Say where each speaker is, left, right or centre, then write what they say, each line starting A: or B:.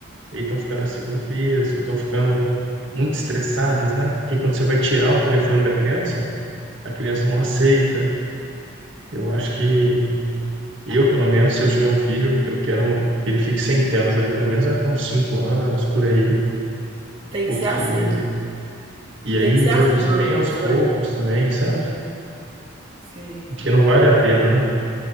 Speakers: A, on the right (about 70°); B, on the right (about 25°).
A: e aí estão ficando acima do peso, estão ficando muito estressadas, né? Porque quando você vai tirar o telefone da criança, a criança não aceita. Eu acho que eu, pelo menos, se eu tiver um filho, eu quero uma- que ele fique sem telas ali, pelo menos até uns cinco anos, por aí,
B: Tem
A: porque...
B: que ser assim.
A: E aí
B: Tem que
A: introduzir
B: ser assim, Maurício.
A: bem aos poucos
B: É.
A: também, sabe?
B: Sim.
A: Porque não vale a pena, né?